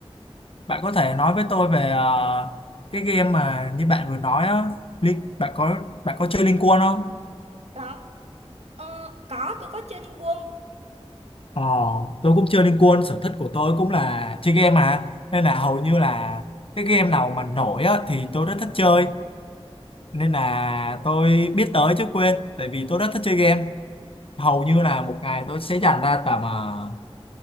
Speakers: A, on the left; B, on the right.
A: Bạn có thể nói với tôi về ờ, cái game mà như bạn vừa nói á, Lin- bạn có bạn có chơi Liên Quân không?
B: Có, ờ, có tôi có chơi Liên Quân.
A: Ờ, tôi cũng chơi Liên Quân, sở thích của tôi cũng là chơi game mà. Nên là hầu như là cái game nào mà nổi á thì tôi rất thích chơi. Nên là tôi biết tới chứ quên, tại vì tôi rất thích chơi game. Hầu như là một ngày tôi sẽ dành ra tầm ờ,